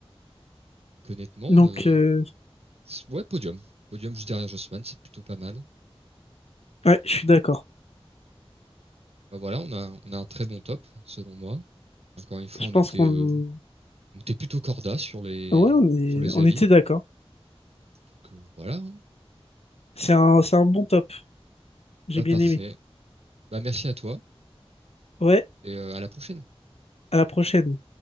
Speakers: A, on the right; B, on the left.
A: Donc, honnêtement,
B: donc
A: euh,
B: euh,
A: c'est- ouais, podium. Podium juste derrière Jossman, c'est plutôt pas mal.
B: ouais je suis d'accord
A: Bah voilà, on a, on a un très bon top, selon moi. Encore une fois,
B: je
A: on
B: pense
A: était,
B: qu'on
A: euh, on était plutôt corda sur les,
B: ouais on est
A: sur les
B: on
A: avis.
B: était d'accord
A: Donc euh, voilà. hein.
B: c'est un c'est un bon top j'ai
A: Bah
B: bien
A: parfait.
B: aimé
A: Bah, merci à toi
B: ouais
A: et euh, à la prochaine.
B: à la prochaine